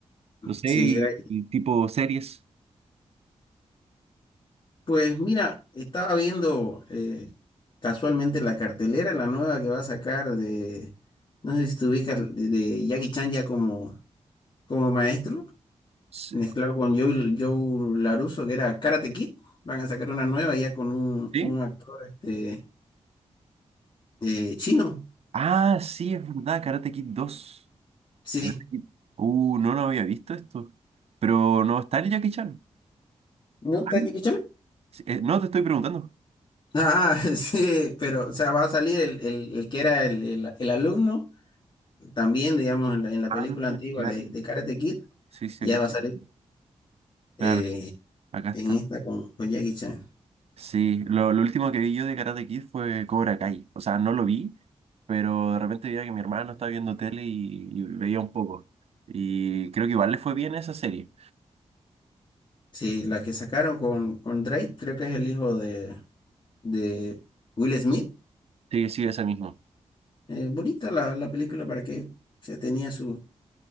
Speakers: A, on the right (about 60°); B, on the left (about 45°).
A: No sé,
B: sí.
A: y,
B: eh,
A: y tipo series.
B: Pues mira, estaba viendo eh, casualmente la cartelera, la nueva que va a sacar de, no sé si te ubicas, de, de Jackie Chan ya como, como maestro.
A: Sí.
B: mezclado con Joe, Joe LaRusso, que era Karate Kid. Van a sacar una nueva ya con un,
A: ¿Sí?
B: con un actor este, eh, chino.
A: Ah, sí, es verdad, Karate Kid dos
B: Sí.
A: Karate Kid. Uh, no, no había visto esto. Pero no está el Jackie Chan.
B: ¿No está
A: Ah,
B: Jackie Chan?
A: sí, eh, no, te estoy preguntando.
B: Ah, <laughs> sí, pero o sea, va a salir el, el- el que era el, el- el alumno, también, digamos, en la, en la
A: Ah,
B: película antigua
A: claro.
B: de, de Karate Kid,
A: Sí, sí,
B: ya
A: aquí. está.
B: va a salir eh,
A: Claro, acá está.
B: en esta con, con Jackie Chan.
A: Sí, lo, lo último que vi yo de Karate Kid fue Cobra Kai. O sea, no lo vi, pero de repente veía que mi hermano estaba viendo tele y, y veía un poco. Y creo que igual le fue bien esa serie.
B: Sí, la que sacaron con, con Drake, creo que es el hijo de, de Will Smith.
A: Sí, sí, esa misma.
B: Eh, bonita la, la película para que se tenía sus